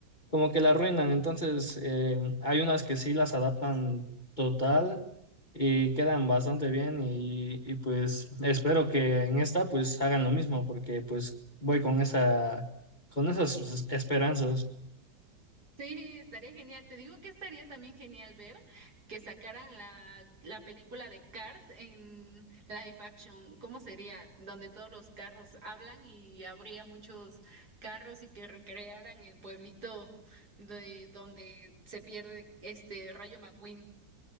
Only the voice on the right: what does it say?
Sí, estaría genial. Te digo que estaría también genial ver que sacaran la, la película de Cars en live action. ¿Cómo sería? Donde todos los carros hablan y habría muchos carros y que recrearan el pueblito de donde se pierde este Rayo McQueen.